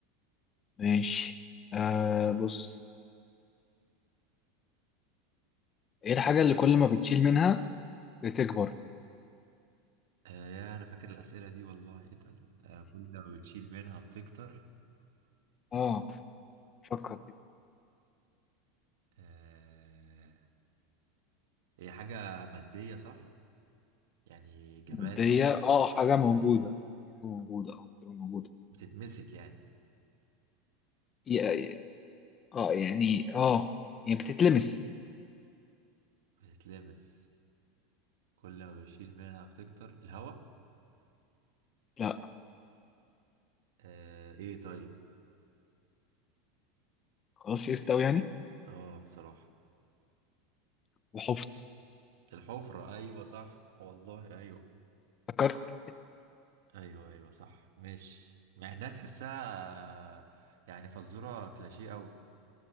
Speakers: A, on the left (about 30°); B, on the right (about 80°).
A: ماشي آه بص ايه الحاجه اللي كل ما بتشيل منها بتكبر
B: آه يا انا فاكر الاسئلة دي والله اتقل آه كل ما بتشيل منها بتكتر
A: اه فكر
B: آه هي حاجة مادية صح يعني جماد
A: مادية
B: او
A: اه حاجة موجودة حاجة موجودة اه حاجة موجودة
B: بتتمسك يعني
A: ي- اه يعني اه يعني بتتلمس
B: بتتلمس كل ما بشيل منها بتكتر الهواء
A: لا
B: آه ايه طيب
A: خلاص يئست أوي يعني
B: اه بصراحة
A: وحفظ
B: الحفرة ايوه صح والله ايوه
A: افتكرت
B: ايوه ايوه صح ماشي مع انها تحسها يعني فزوره كلاشيه قوي